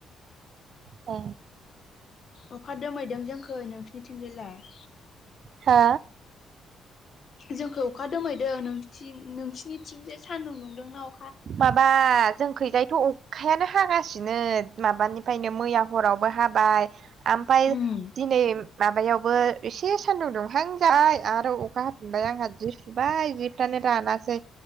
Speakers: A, on the right (about 60°); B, on the left (about 50°).
A: औ
B: अखा दोमहैदों जोंखै नोंसिोरनिथिंजायलाय?
A: हा
B: जोंखौ अखा दोमैदो नोंथिं नोंसिरनिथिं जे सान्दुं दुंदोंना
A: बाबा जोंखैजायथ' अखायानो हागासिनो माबानिफ्रायनो मैया हरावबो हाबाय ओफ्राय
B: उम
A: दिनै माबायावबो एसे सान्दुं दंहां जाबाय आरो अखा हफनबाय आंहा जि सुबाय जिफ्रानानै रानासै